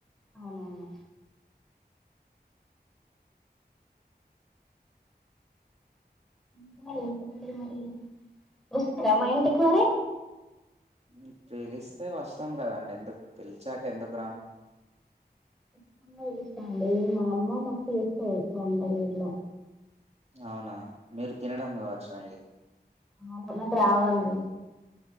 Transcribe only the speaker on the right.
మ్ పీలిస్తే వస్తాం కదండి ఎందుక్ నువ్ పిలిచాక ఎందుకురాము
అవునా మీరు తినడం కావచండి